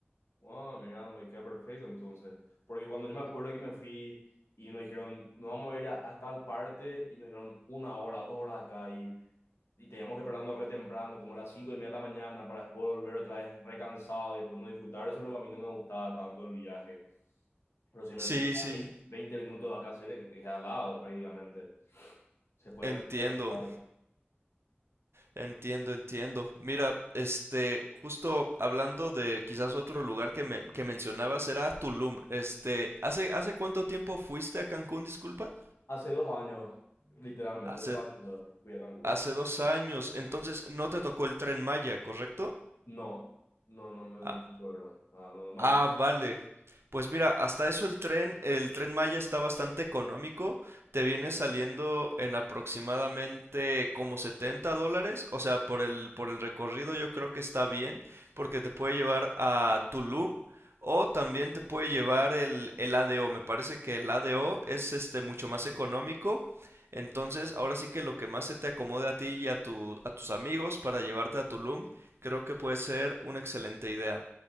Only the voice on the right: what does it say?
Sí,
sí,
entiendo.
Entiendo, entiendo. Mira, este, justo hablando de quizás otro lugar que me, que mencionabas era Tulum. Este, ¿hace, hace cuánto tiempo fuiste a Cancún, disculpa?
Hace,
hace dos años. Entonces, no te tocó el tren Maya, ¿correcto?
Ah,
Ah, vale. Pues mira, hasta eso el tren, el Tren Maya está bastante económico. Te viene saliendo en aproximadamente como 70 dólares. O sea, por el, por el recorrido yo creo que está bien, porque te puede llevar a Tulum o también te puede llevar el, el ADO. Me parece que el ADO es este mucho más económico. Entonces, ahora sí que lo que más se te acomode a ti y a tu, a tus amigos para llevarte a Tulum, creo que puede ser una excelente idea.